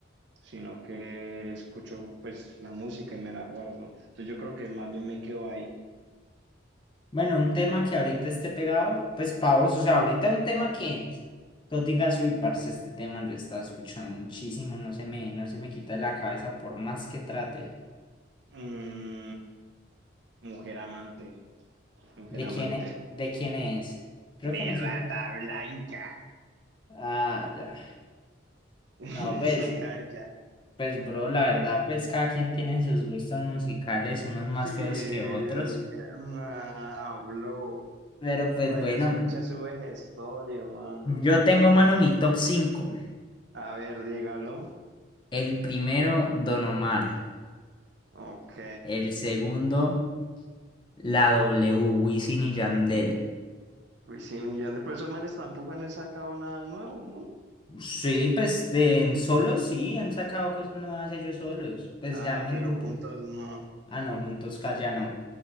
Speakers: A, on the right (about 60°); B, on the left (about 25°).
A: sino que escucho pues la música y me la guardo, entonces yo creo que más bien me quedo ahí.
B: Bueno, un tema que ahorita esté pegado, pues pavos, o sea, ahorita un tema que tú digas, uy, parce, este tema lo he estado escuchando muchísimo, no se me, no se me quita de la cabeza por más que trate.
A: Mm, mujer amante, mujer
B: ¿De
A: amante.
B: quién es? ¿De quién es? Creo
A: De
B: que me
A: rata
B: suena.
A: blanca.
B: Ah, ya.
A: <laughs>
B: No,
A: Es
B: pues,
A: que allá.
B: pues, bro, la verdad, pues cada quien tiene sus gustos musicales, unos más
A: Sí, es
B: feos que otros.
A: que, nah, habló.
B: Pero pues
A: Vaya,
B: bueno,
A: escucha su vejestorio, mano.
B: yo tengo, mano, mi top cinco
A: A ver, dígalo.
B: El primero, Don Omar.
A: Ok.
B: El segundo... La W, Wisin y Yandel.
A: Uy, sí, millón de personas tampoco han sacado nada nuevo, ¿no?
B: Sí, pues de en solo sí, han sacado cosas nuevas ellos solos. Pues
A: Ah,
B: ya no en
A: pero
B: grupo.
A: juntos no,
B: Ah, no, juntos ca- ya no.